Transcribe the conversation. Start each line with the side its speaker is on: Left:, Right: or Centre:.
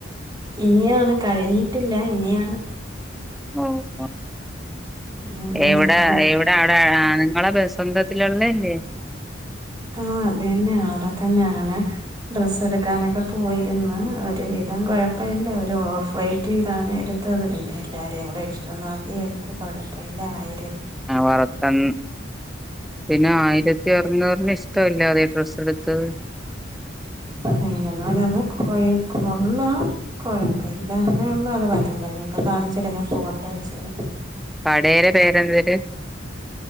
Right: ഇനിയാണ് കഴിഞ്ഞിട്ടില്ല ഇനിയാണ്
Centre: ഓഹ്
Right: ഉം
Centre: എവിടാ
Right: അപ്പം
Centre: എവിട് ടാ അവിട നിങ്ങട ബ സ്വന്തത്തിൽ ഉള്ളതല്ലേ
Right: ആഹ് അതന്നെ അവിടെ തന്നെ ആണെ ഡ്രസ്സ് എടുക്കാനൊക്കെ പോയിരുന്നു ഒരു വിധം കുഴപ്പവില്ല ഒരു ഓഫ് വയി റ്റ് ഇതാണെ എടുത്തത് പിന്നെ എല്ലാരേം കൂടെ ഇഷ്ട്ടം നോക്കി എടുത്ത് കോഴപ്പല്ല ആയിര
Centre: ആഹ് വറത്തൻ പിന്നെ ആയിരത്തി അറുന്നൂറിന് ഇഷ്ടല്ലാതെ ഡ്രസ്സ്‌ എടുത്തത്
Right: ഏഹ് എന്നാ പറഞ്ഞെ കോയെ കൊള്ളാം കൊഴപ്പല്ലന്നേഉള്ളൂ അത് വരുമ്പോ ഇനി ഇപ്പൊ കാണിച്ചുതരാ ഞാൻ ഫോട്ടോ അയച്ച തരാം
Centre: കടേട പേരെന്തര്